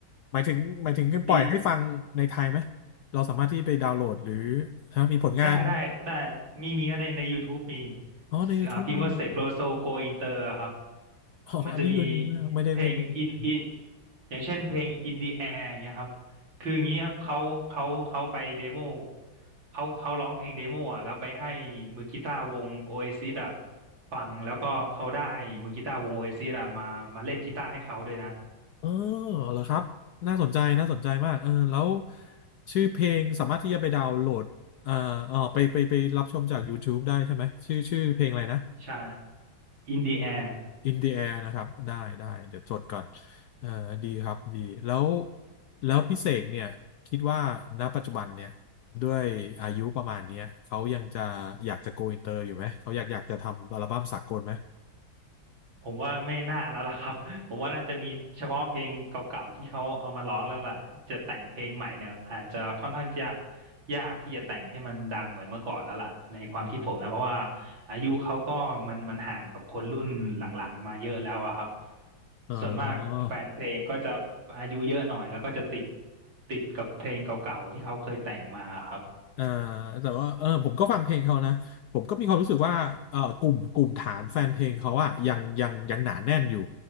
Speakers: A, on the left; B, on the right.
A: หมายถึงหมายถึงปล่อยให้ฟังในไทยไหม
B: ดี
A: เราสามารถที่ไปดาวน์โหลดหรือฮะมีผลงาน
B: ได้ได้ได้มีมีในใน YouTube มี
A: อ๋อใน YouTube
B: อ่าพิมพ์ว่าเสกโลโซโกอินเตอร์ครับ
A: มีเหรออ๋ออันนี้ยูนีมากไม่ได้ไม่ได้ไม่ได้
B: มันจะมีเพลงอินอินอย่างเช่นเพลง In the Air อย่างเงี้ยครับคืออย่างงี้ครับเขาเขาเขาไปเดโมเขาเขาร้องเพลงเดโมอ่ะแล้วไปให้มือกีตาร์วง Oasis อ่ะฟังแล้วก็เขาได้มือกีตาร์วง Oasis อ่ะมามาเล่นกีตาร์ให้เขาด้วยนะ
A: เออเหรอครับน่าสนใจน่าสนใจมากเออแล้วชื่อเพลงสามารถที่จะไปดาวน์โหลดเอ่อเออไปไปไปรับชมจาก YouTube ได้ใช่ไหมชื่อชื่อเพลงอะไรนะ
B: ใช่ In the Air
A: in the air นะครับได้ได้เดี๋ยวจดก่อนเออดีครับดีแล้วแล้วพี่เสกเนี่ยคิดว่าณปัจจุบันเนี่ยด้วยอายุประมาณเนี้ยเขายังจะอยากจะ go inter อยู่ไหมเขาอยากอยากจะทำอัลบั้มสากลไหม
B: ผมว่าไม่น่าแล้วล่ะครับ <laughs> ผมว่าน่าจะมีเฉพาะเพลงเก่าๆที่เขาเอามาร้องแล้วล่ะจะแต่งเพลงใหม่เนี่ยอาจจะค่อนข้างจะยากที่จะแต่งให้มันดังเหมือนเมื่อก่อนแล้วล่ะในความคิดผมนะเพราะว่าอายุเขาก็มันมันห่างกับคนรุ่นหลังๆมาเยอะแล้วอะครับ
A: เออ
B: ส่วนมากแฟนเพลงก็จะอายุเยอะหน่อยแล้วก็จะติดติดกับเพลงเก่าๆที่เขาเคยแต่งมาครับ
A: เอ่อแต่ว่าเออผมก็ฟังเพลงเขานะผมก็มีความรู้สึกว่าเออกลุ่มกลุ่มฐานแฟนเพลงเขาอะยังยังยังหนาแน่นอยู่